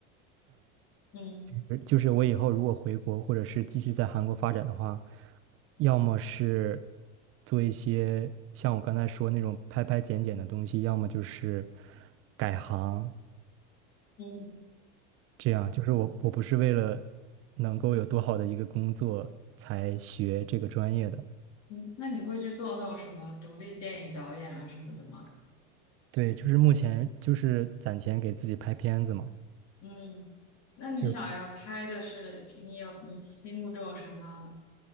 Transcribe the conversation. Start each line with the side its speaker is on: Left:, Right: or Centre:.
Left: 嗯
Right: 而就是我以后如果回国，或者是继续在韩国发展的话，要么是做一些像我刚才说那种拍拍剪剪的东西，要么就是改行。
Left: 嗯
Right: 这样，就是我我不是为了能够有多好的一个工作才学这个专业的，
Left: 嗯，那你会去做那种什么独立电影导演啊什么的吗？
Right: 对，就是目前就是攒钱给自己拍片子嘛，
Left: 嗯，那你想要拍的是你有你心目中有什么？
Right: 就是